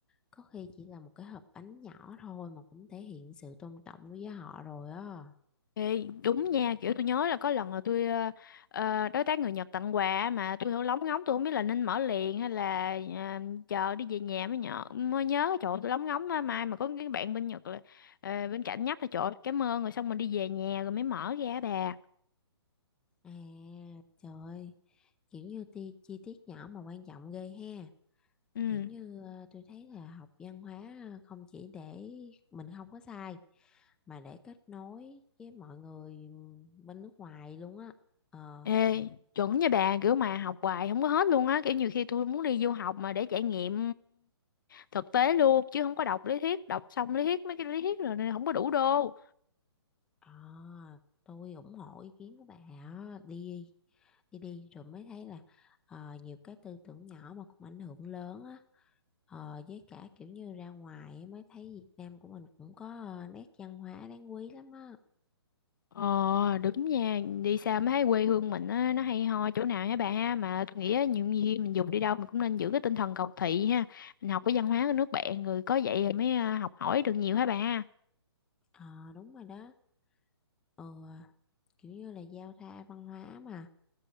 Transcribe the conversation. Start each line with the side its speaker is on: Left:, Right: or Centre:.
Centre: có khi chỉ là một cái hộp bánh nhỏ thôi mà cũng thể hiện sự tôn trọng đối với họ rồi á
Left: Ê, đúng nha, kiểu tôi nhớ là có lần là tôi ờ, ờ, đối tác người Nhật tặng quà á, mà tôi không lóng ngóng tôi không biết là nên mở liền hay là ờ, chờ đi về nhà mới nhớ mới nhớ trời ơi, tôi lóng ngóng á, mai mà có cái bạn bên Nhật là ờ, bên cạnh nhắc là trời ơi, cảm ơn rồi xong mình đi về nhà rồi mới mở ra bà.
Centre: à trời ơi kiểu như ti, chi tiết nhỏ mà quan trọng ghê ha
Left: Ừ.
Centre: kiểu như ờ, tôi thấy là học văn hóa ờ, không chỉ để mình không có sai mà để kết nối với mọi người bên nước ngoài luôn á ờ
Left: Ê, chuẩn nha bà, kiểu mà học hoài không có hết luôn á, kiểu nhiều khi tôi muốn đi du học mà để trải nghiệm thực tế luôn chứ không có đọc lý thuyết, đọc xong lý thuyết mấy cái lý thuyết rồi nên không có đủ đô.
Centre: à, tôi ủng hộ ý kiến của bà á. đi đi đi rồi mới thấy là ờ, nhiều cái tư tưởng nhỏ mà cũng ảnh hưởng lớn á ờ, với cả kiểu như ra ngoài á, mới thấy Việt Nam của mình cũng có ờ, nét văn hóa đáng quý lắm á
Left: Ờ đúng nha, đi xa mới thấy quê hương mình á, nó hay ho chỗ nào hả bà ha, mà tôi nghĩ á, nhiều khi mình dù đi đâu mình cũng nên giữ cái tinh thần cầu thị ha, mình học cái văn hóa của nước bạn rồi có vậy rồi mới à, học hỏi được nhiều hả bà.
Centre: ờ đúng rồi đó ừ, kiểu như là giao thoa văn hóa mà